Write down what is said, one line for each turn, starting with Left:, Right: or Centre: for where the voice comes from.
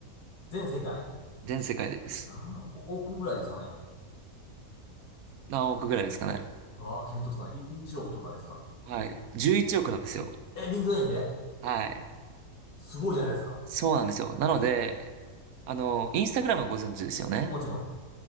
Left: 全世界。
Right: 全世界でです。
Left: 何億ぐらいですかね。
Right: 何億ぐらいですかね。
Left: うわあ、見当つかない。い、1億とかですか
Right: はい。11億なんですよ。
Left: え、リンクラインで
Right: はい。
Left: すごいじゃないですか。
Right: そうなんですよ。なので、あの、インスタグラムご存知ですよね。
Left: もちろん。